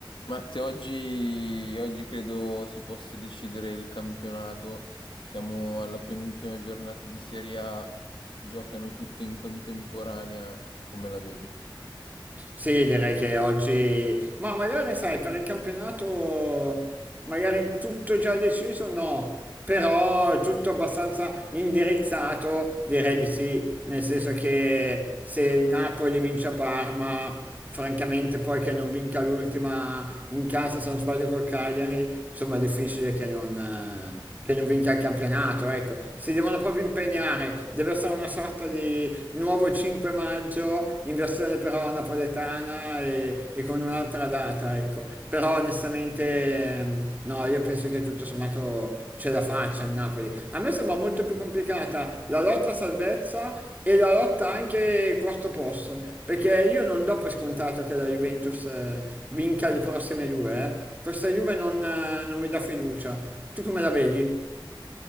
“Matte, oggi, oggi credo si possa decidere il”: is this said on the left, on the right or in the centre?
Left